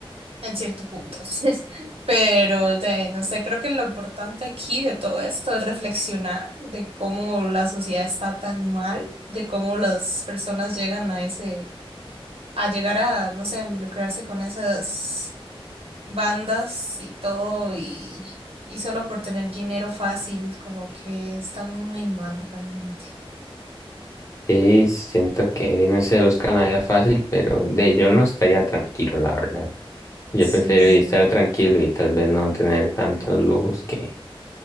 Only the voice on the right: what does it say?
En cierto punto. <laughs> Pero de, no sé, creo que lo importante aquí de todo esto es reflexionar de cómo la sociedad está tan mal, de cómo las personas llegan a ese a llegar a, no sé, involucrarse con esas bandas y todo y, y solo por tener dinero fácil, como que estamos muy mal realmente.
Sí.